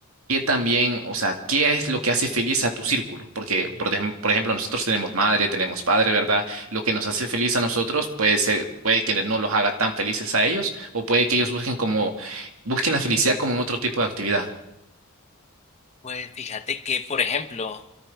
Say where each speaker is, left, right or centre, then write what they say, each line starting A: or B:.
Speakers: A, on the right; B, on the left.
A: qué también, o sea, qué es lo que hace feliz a tu círculo, porque, por, ejem- por ejemplo, nosotros tenemos madre, tenemos padre, ¿verdad? Lo que nos hace feliz a nosotros puede ser, puede que no los haga tan felices a ellos, o puede que ellos busquen como, busquen la felicidad como en otro tipo de actividad.
B: Pues fíjate que, por ejemplo,